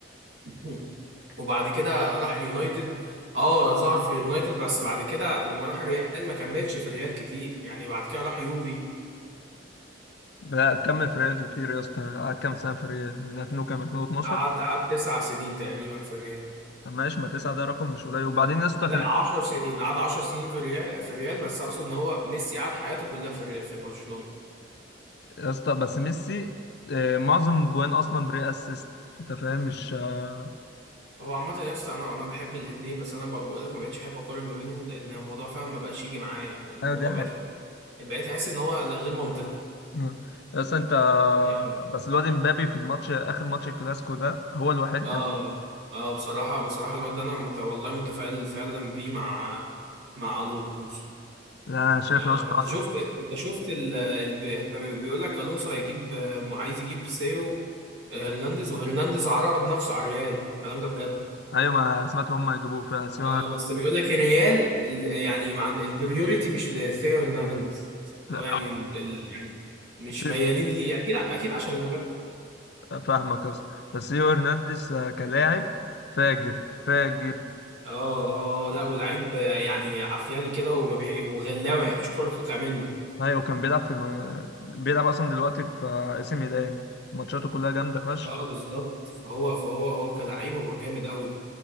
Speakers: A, on the right; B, on the left.
A: <clears throat> وبعد كده راح اليونايتد اه ظهر في اليونايتد بس بعد كده لما راح الريال ما كملش في الريال كتير يعني بعد كده راح يوفي
B: لا كمل في ريال كتير يا اسطى قعد كام سنه في ريال من 2000 وكام 2012
A: قعد قعد تسع سنين تقريبا في الريال
B: طب ماشي ما تسعه ده رقم مش قليل وبعدين يا اسطى
A: لا
B: خلي...
A: عشر سنين قعد عشر سنين في الريال في الريال بس اقصد ان هو ميسي قعد حياته كلها في الريال في برشلونة
B: يا اسطى بس ميسي آه، معظم جوان اصلا بري اسيست انت فاهم مش آه،
A: هو عامة يا اسطى انا انا بحب الاثنين بس انا بقول لك ما بقتش احب اقارن ما بينهم لان الموضوع فعلا ما بقاش يجي معايا يعني الموضوع
B: ايوه دي حاجه
A: بقيت أحس- بقيت احس ان هو لا غير منطقي
B: آه. يا اسطى انت
A: يعني
B: بس الواد امبابي في الماتش اخر ماتش الكلاسيكو ده هو الوحيد
A: اه
B: كان
A: اه بصراحة بصراحة الواد ده انا مت... والله متفائل فعلا بيه مع مع الونسو
B: لا، انا شايف
A: آه
B: يا اسطى
A: انت شفت انت شفت ال... ال... احنا بي- بيقول لك الونسو هيجيب آه، م- عايز يجيب سيو آه، هرنانديز وهرنانديز عرض نفسه على الريال الكلام ده بجد
B: ايوه ما سمعت هم هيجيبوه فعلا سيو
A: اه بس بيقول لك الريال ال... يعني مع البريوريتي مش لثيو هرنانديز اللي
B: لا،
A: هو يعني ال... ال- يعني مش
B: سيو-
A: ميالين ليه اكيد اكيد عشان المرتب
B: فاهمك يا اسطى بس سيو هرنانديز آه، كلاعب فاجر فاجر
A: اه اه لا ولعيب آه، يعني عفياجي كده وما بي... وغلاوي ما يحبش الكوره تقطع منه
B: ايوه كان بيلعب في م... بيلعب اصلا دلوقتي في آه، اي سي ميلان ماتشاته كلها جامده فشخ
A: اه بالظبط فهو فهو هو كلعيب هو جامد قوي